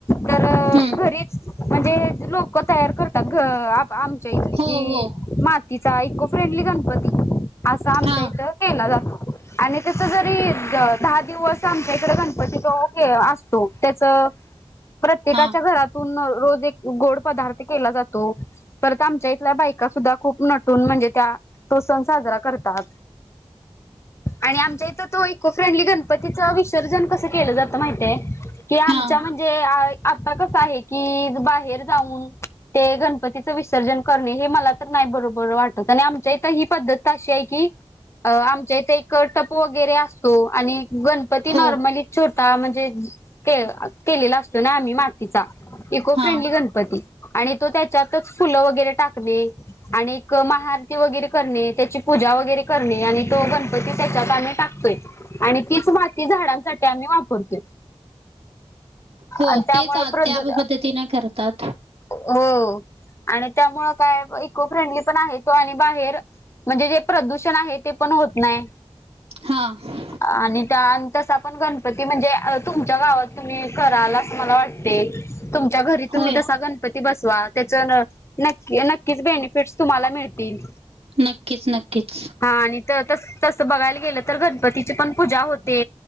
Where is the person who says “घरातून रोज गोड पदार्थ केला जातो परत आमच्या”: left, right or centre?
Left